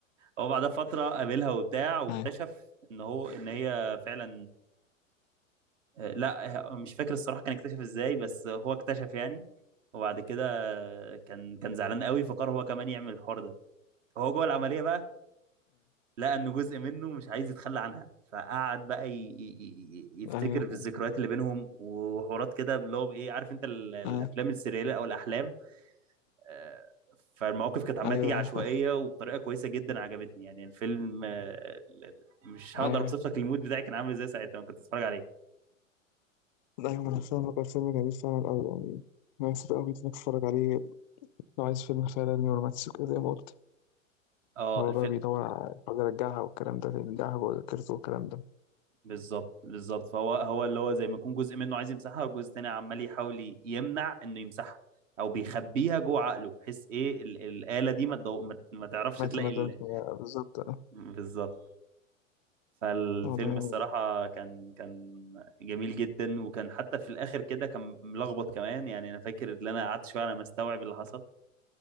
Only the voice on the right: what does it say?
هو بعدها فترة قابلها وبتاع واكتشف
ان هو ان هي فعلا آه، لا آه، مش فاكر الصراحة كان اكتشف ازاي بس هو اكتشف يعني وبعد كده آه، كان كان زعلان قوي فقرر هو كمان يعمل الحوار ده فهو جوه العملية بقى لقى ان جزء منه مش عايز يتخلى عنها فقعد بقى ي... ي... ي- يفتكر
في الذكريات اللي بينهم وحوارات كده اللي هو بايه عارف انت ال- الافلام
السريالية او الاحلام آه، فالمواقف كانت عماله
تيجي عشوائيه
وبطريقه كويسه جدا عجبتني يعني الفيلم آه، ال- ال- مش هقدر
اوصف لك المود بتاعي كان عامل ازاي ساعتها لما كنت بتفرج عليه
اه
الفيلم
بالظبط بالظبط فهو هو اللي هو زي ما يكون جزء منه عايز يمسحها وجزء تاني عمال يحاول ي- يمنع انه يمسحها او بيخبيها جوه عقله بحيث ايه ال- الاله دي ما تدو... ما ما تعرفش
تلاقي
ال...
بالظبط فالفيلم
الصراحة كان كان جميل جدا وكان حتى في الآخر كده كان ملخبط كمان يعني أنا فاكر إن أنا قعدت شوية على ما استوعب اللي حصل